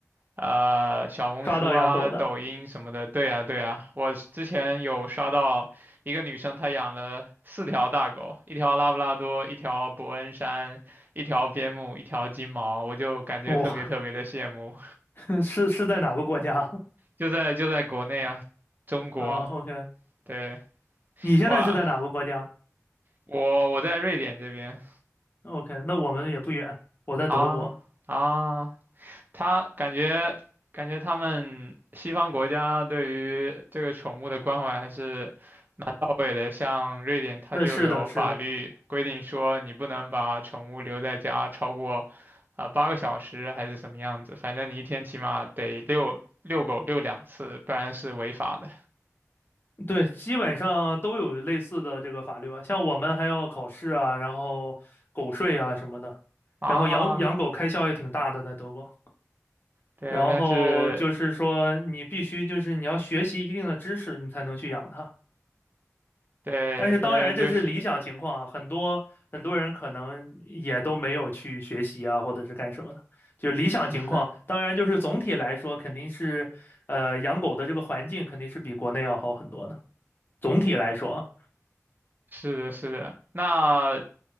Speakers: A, on the right; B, on the left.
A: 呃，小红书啊、
B: 抓到养狗的，
A: 抖音什么的。对呀，对呀，我之前有刷到一个女生，她养了四条大狗，一条拉布拉多，一条伯恩山，一条边牧，一条金毛，我就感觉特别特别的羡慕。
B: 哇、<laughs> 是是在哪个国家？<laughs>
A: <laughs> 就在就在国内啊，中国，
B: 嗯，OK，
A: 对，
B: 你现在是在哪个国家？
A: 哇。我我在瑞典这边
B: OK，那我们也不远，我在德国。
A: 啊啊，他感觉感觉他们西方国家对于这个宠物的关怀还是到位的，像瑞典它就有法律规定说你不能把宠物留在家超过啊八、
B: 那是的，是的，
A: 个小时还是什么样子，反正你一天起码得遛遛狗遛两次，不然是违法的
B: 对，基本上都有类似的这个法律吧。像我们还要考试啊，然后狗税啊什么的，
A: 啊。
B: 然后养养狗开销也挺大的，在德国。
A: 对，
B: 然后就是说，
A: 但是
B: 你必须就是你要学习一定的知识，你才能去养它。
A: 对，
B: 但是当然这是理想情况啊，
A: 可能就是
B: 很多很多人可能也都没有去学习啊，或者是干什么的。就是理想情况，
A: <laughs>。
B: 当然就是总体来说肯定是，呃，养狗的这个环境肯定是比国内要好很多的。总体来说啊，
A: 是的，是的。那